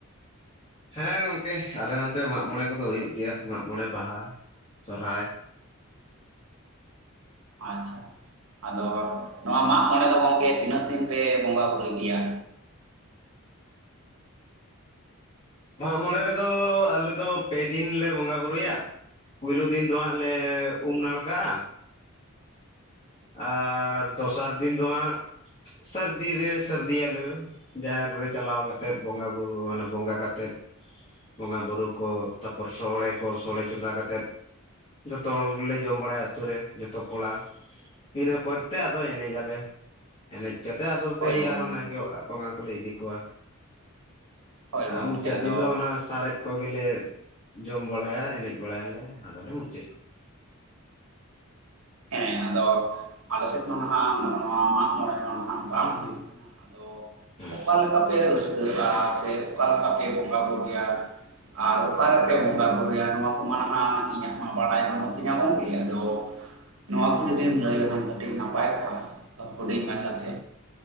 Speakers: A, on the left; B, on the right.
A: ᱦᱮᱸ ᱜᱚᱝᱠᱮ ᱟᱞᱮ ᱱᱛᱮ ᱢᱟᱜ ᱢᱚᱬᱮ ᱠᱚᱫᱚ ᱦᱩᱭᱩᱜ ᱜᱮᱭᱟ ᱢᱟᱜ ᱢᱚᱬᱮ ᱵᱟᱦᱟ, ᱥᱚᱨᱦᱟᱭ
B: ᱟᱪᱪᱷᱟ ᱟᱫᱚ ᱱᱚᱣᱟ ᱢᱟᱜ ᱢᱚᱬᱮ ᱫᱚ ᱜᱚᱝᱠᱮ ᱛᱤᱱᱟᱹᱜ ᱫᱤᱱ ᱯᱮ ᱵᱚᱸᱜᱟ ᱵᱩᱨᱩᱭ ᱜᱮᱭᱟ?
A: ᱢᱟᱜ ᱢᱚᱬᱮ ᱨᱮᱫᱚ ᱟᱞᱮᱫ ᱫᱚ ᱯᱮ ᱫᱤᱱ ᱞᱮ ᱵᱚᱸᱜᱟ ᱵᱩᱨᱩᱭᱟ᱾ ᱯᱩᱭᱞᱳ ᱫᱤᱱ ᱫᱚ ᱦᱟᱸᱜ ᱞᱮ ᱩᱢ ᱱᱟᱲᱠᱟᱜᱼᱟ᱾ ᱟᱨ ᱫᱚᱥᱟᱨ ᱫᱤᱱ ᱫᱚ ᱦᱟᱸᱜ ᱥᱟᱹᱨᱫᱤ ᱨᱮ ᱥᱟᱹᱨᱫᱤᱭᱟᱞᱮ, ᱡᱟᱦᱮᱨ ᱨᱮ ᱪᱟᱞᱟᱣ ᱠᱟᱛᱮᱫ ᱵᱚᱸᱜᱟ ᱵᱩᱨᱩ ᱚᱱᱟ ᱵᱚᱸᱜᱟ ᱠᱟᱛᱮᱫ ᱵᱚᱸᱜᱟ ᱵᱩᱨᱩ ᱠᱚ ᱛᱟᱯᱚᱨ ᱥᱚᱲᱮ ᱠᱚ ᱥᱚᱲᱮ ᱪᱚᱸᱫᱟ ᱠᱟᱛᱮᱫ ᱡᱚᱛᱚ ᱦᱚᱲᱞᱮ ᱡᱚᱢ ᱵᱟᱲᱟᱭᱟ ᱟᱛᱩ ᱨᱮ ᱡᱚᱛᱚ ᱠᱚᱲᱟᱼᱼ ᱤᱱᱟᱹ ᱯᱚᱨᱛᱮ ᱟᱫᱚ ᱮᱱᱮᱡ ᱟᱞᱮ ᱮᱱᱮᱡ ᱠᱟᱛᱮᱜ ᱟᱫᱚ ᱥᱮᱭ
B: ᱦᱳᱭ ᱜᱚᱢᱠᱮ
A: ᱟᱨᱚ ᱱᱟᱭᱠᱮ ᱚᱲᱟᱜᱼᱼ ᱵᱚᱸᱜᱟ ᱠᱚᱞᱮ ᱤᱫᱤ ᱠᱚᱣᱟ
B: ᱦᱳᱭ
A: ᱟᱨ
B: ᱜᱚᱢᱠᱮ
A: ᱢᱩᱪᱟᱹᱫ
B: ᱟᱫᱚ
A: ᱫᱤᱱ ᱫᱚ ᱚᱱᱟ ᱥᱟᱨᱮᱡᱼᱼ ᱠᱚᱜᱮᱞᱮ ᱡᱚᱢ ᱵᱟᱲᱟᱭᱟ ᱮᱱᱮᱡ ᱵᱟᱲᱟᱭᱟᱞᱮ ᱟᱫᱚᱞᱮ ᱢᱩᱪᱟᱹᱫᱼᱼ
B: ᱦᱮᱸ ᱟᱫᱚ ᱟᱞᱮ ᱥᱮᱫ ᱫᱚ ᱱᱟᱦᱟᱜ ᱱᱚᱣᱟ ᱢᱟᱜ ᱢᱚᱬᱮ ᱫᱚ ᱦᱟᱜ ᱵᱟᱝ ᱦᱩᱭᱩᱜ-ᱟ ᱠᱟᱱᱟ ᱟᱫᱚ
A: ᱦᱮᱸ
B: ᱚᱠᱟ ᱞᱮᱠᱟ ᱯᱮ ᱨᱟᱹᱥᱠᱟᱹᱜᱼᱟ ᱥᱮ ᱚᱠᱟ ᱞᱮᱠᱟ ᱯᱮ ᱵᱚᱸᱜᱟ ᱵᱩᱨᱩᱭᱟ? ᱟᱨ ᱚᱠᱟᱨᱮᱯᱮ ᱵᱚᱸᱜᱟ ᱵᱩᱨᱩᱭᱟ? ᱱᱚᱣᱟ ᱠᱚᱢᱟ ᱱᱟᱦᱟᱜ ᱤᱧᱟᱹᱜ ᱢᱟ ᱵᱟᱲᱟᱭ ᱵᱟᱹᱱᱩᱜ ᱛᱤᱧᱟ ᱜᱚᱝᱠᱮ ᱟᱫᱚᱼᱼ ᱱᱚᱣᱟ ᱠᱚ ᱡᱩᱫᱤᱢ ᱞᱟᱹᱭ ᱞᱮᱠᱷᱟᱱ ᱠᱟᱹᱴᱤᱡ ᱱᱟᱯᱟᱭ ᱠᱚᱜ-ᱟ ᱦᱩᱰᱤᱧ ᱢᱟᱪᱷᱟ ᱛᱮᱼᱼ